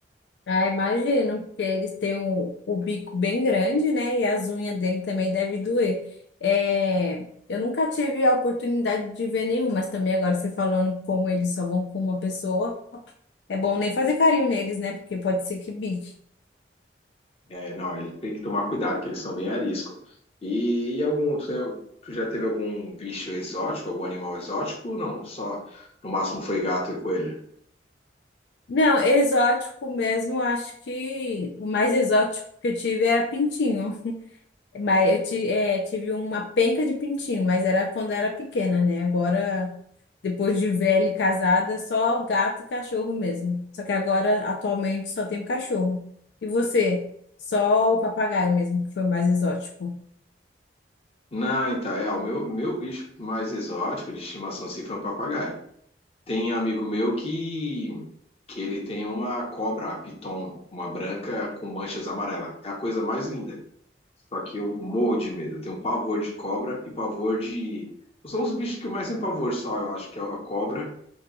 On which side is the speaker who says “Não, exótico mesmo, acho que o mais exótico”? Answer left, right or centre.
Left